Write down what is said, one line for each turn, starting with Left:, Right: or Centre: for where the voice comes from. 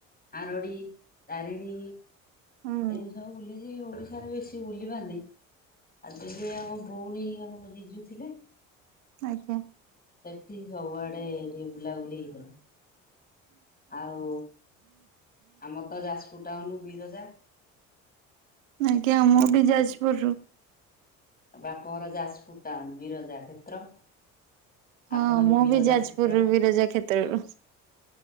Left: ଆରଡି ତାରିଣୀ,
Right: ହୁଁ
Left: ଏମିତି ସବୁ ବୁଲିଛି ଓଡିଶାରେ ବେଶୀ ବୁଲି ପାରିନି। ଆ ଦିଲ୍ଲୀରେ ଆମ ଭଉଣୀ ଆମ ଜିଜୁ ଥିଲେ।
Right: ଆଜ୍ଞା
Left: ସେଠି ସବୁଆଡେ ଏରି ବୁଲାବୁଲି ହେଇଥିଲା। ଆଉ ଆମର ତ ଯାଜପୁର ଟାଉନ ବିରଜା।
Right: ଆଜ୍ଞା, ମୁ ବି ଯାଜପୁରରୁୁ
Left: ବାପଘର ଯାଜପୁର ଟାଉନ୍ ବିରଜା କ୍ଷେତ୍ର।
Right: ହଁ
Left: ଆପଣ
Right: ମୁଁ
Left: ବିରଜା
Right: ବି ଯାଜପୁରରୁ
Left: କ୍ଷେତ୍ର
Right: ବିରଜା କ୍ଷେତ୍ରରୁ।